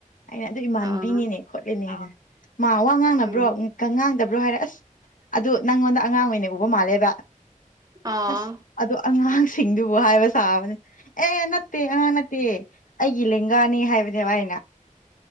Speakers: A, on the left; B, on the right.
A: ꯑꯩꯅ ꯑꯗꯨ ꯏꯃꯥꯟꯕꯤꯅꯤꯅꯦ
B: ꯑꯥ
A: ꯈꯣꯠꯂꯦꯅꯦ ꯍꯥꯏꯅ ꯃꯥ ꯋꯥ ꯉꯥꯡꯅꯕ꯭ꯔꯣ
B: ꯎꯝ
A: ꯉꯥꯡꯗꯕ꯭ꯔꯣ ꯍꯥꯏꯔꯦ ꯑꯁ ꯑꯗꯨ ꯅꯪꯉꯣꯟꯗ ꯑꯉꯥꯡ ꯑꯣꯏꯅ ꯎꯕ ꯃꯥꯜꯂꯦꯕ
B: ꯑꯣ
A: ꯑꯁ ꯑꯗꯣ ꯑꯉꯥꯡꯁꯤꯡꯗꯨꯕꯨ ꯍꯥꯏꯕ ꯁꯥꯥꯕꯅꯤ ꯑꯦ ꯅꯠꯇꯦ ꯑꯉꯥꯡ ꯅꯠꯇꯦ ꯑꯩꯒꯤ ꯂꯦꯡꯒꯥꯅꯤ ꯍꯥꯏꯕꯅꯦꯕ ꯑꯩꯅ